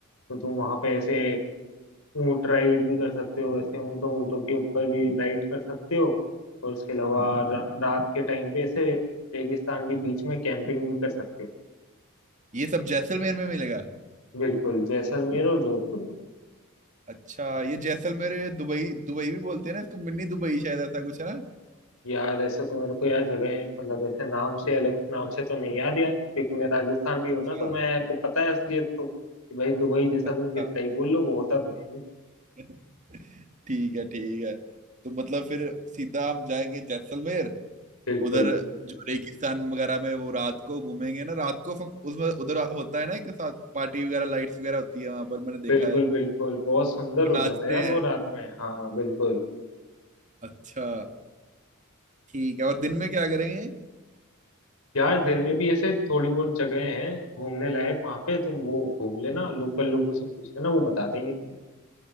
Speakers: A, on the left; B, on the right.
A: तो तुम वहां पे ऐसे ऊंट राइड भी कर सकते हो ऐसे ऊंटों ऊंटों के ऊपर भी राइड कर सकते हो और उसके अलावा रा, रात के टाइम पे ऐसे रेगिस्तान के बीच में कैंपिंग भी कर सकते हो
B: ये सब जैसलमेर में मिलेगा
A: बिल्कुल जैसलमेर और जोधपुर में।
B: अच्छा ये जैसलमेर दुबई दुबई भी बोलते हैं ना इसको मिनी दुबई शायद ऐसा कुछ है ना
A: यार ऐसे तो मेरे को यार जगह मतलब ऐसे नाम से अलग नाम से तो नहीं याद यार क्योंकि मैं राजस्थान में
B: अच्छा
A: हूँ ना तो मैं को पता है असलियत तो कि भाई दुबई जैसा
B: अच्छा
A: तुम कितना ही बोल लो वो होता तो है नहीं
B: <laughs> ठीक है ठीक है तो मतलब फिर सीधा हम जाएंगे जैसलमेर
A: बिल्कुल
B: उधर जो रेगिस्तान वगैरह में वो रात को घूमेंगे ना रात को फं- उसमें उधर होता है ना एक साथ पार्टी वगैरह लाइट्स वगैरह होती है वहां पर मैंने
A: बिल्कुल
B: देखा है
A: बिल्कुल बहुत सुंदर
B: वो
A: हो
B: नाचते
A: जाता है यार वो
B: हैं
A: रात में हाँ बिल्कुल
B: अच्छा ठीक है और दिन में क्या करेंगे
A: यार दिन में भी ऐसे थोड़ी बहुत जगह हैं घूमने लायक वहां पे तुम वो घूम लेना लोकल लोगों से पूछ लेना वो बता देंगे